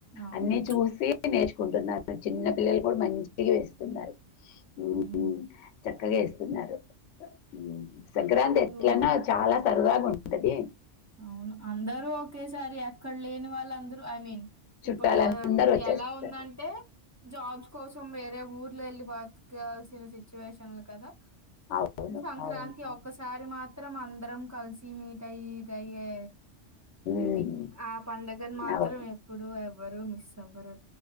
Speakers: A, on the right (about 15°); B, on the left (about 85°).
A: అవును.
B: అన్ని చూసి నేర్చుకుంటున్నారు. చిన్న పిల్లలు కూడా మంచిగా వేస్తున్నారు. ఉహ్
A: హ్మ్.
B: చక్కగా ఏస్తున్నారు ఉహ్ సంక్రాంతి ఎట్లన్నా
A: యు
B: చాలా సరదాగా ఉంటది.
A: అవును అందరూ ఒకేసారి ఎక్కడ్లెని వాళ్ళందరూ ఐ మీన్
B: చుట్టాలందరూ
A: ఇప్పుడూ
B: వచ్చేస్తారు
A: ఎలా ఉందంటే జాబ్స్ కోసం వేరే ఊర్లెళ్ళి బతికాల్సిన సిచ్యువేషన్లు కదా.
B: అవును
A: సంక్రాంతి
B: అవును అవును
A: ఒక్కసారి మాత్రం అందరం కలిసి మీట్ అయి గయ్యే
B: ఉమ్,
A: ఇది ఆ పండుగను మాత్రం
B: అవును
A: ఎప్పుడు ఎవరు మిస్ ఎవర్రు